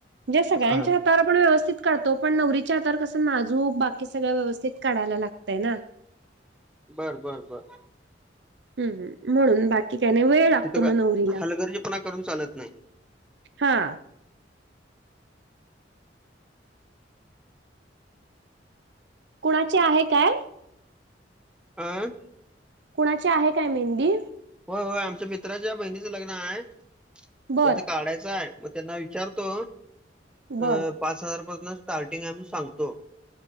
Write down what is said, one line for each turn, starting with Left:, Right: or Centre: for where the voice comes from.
Right: म्हणजे सगळ्यांच्या
Centre: हा
Right: हातावर पण व्यवस्थित व्यवस्थित काढतो, पण नवरीच्या हातावर कसं नाजूक बाकी सगळं व्यवस्थित काढायला लागतंय ना.
Centre: बर, बर, बर.
Right: हम्,, म्हणून बाकी काय नाही,, वेळ लागतो
Centre: तिथं
Right: मग
Centre: काय
Right: नवरीला.
Centre: हलगर्जीपणा करून चालत नाही
Right: हा, कुणाची आहे काय
Centre: आं,
Right: कुणाची आहे काय मेहंदी?
Centre: होय होय,, आमच्या मित्राच्या बहिणीचं लग्न आहे,
Right: बर
Centre: त्यांचं काढायचं आहे. मग त्यांना विचारतो, अ
Right: बर
Centre: पाच हजारपसनं स्टार्टिंग आय म्हणून सांगतो,,